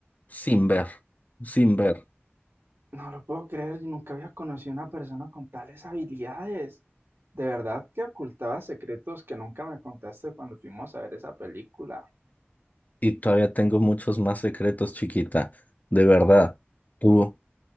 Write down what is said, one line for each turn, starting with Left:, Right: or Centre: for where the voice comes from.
Left: sin ver, sin ver.
Right: No lo puedo creer, yo nunca había conocido a una persona con tales habilidades. De verdad que ocultaba secretos que nunca me contaste cuando fuimos a ver esa película.
Left: Y todavía tengo muchos más secretos, chiquita. De verdad, tú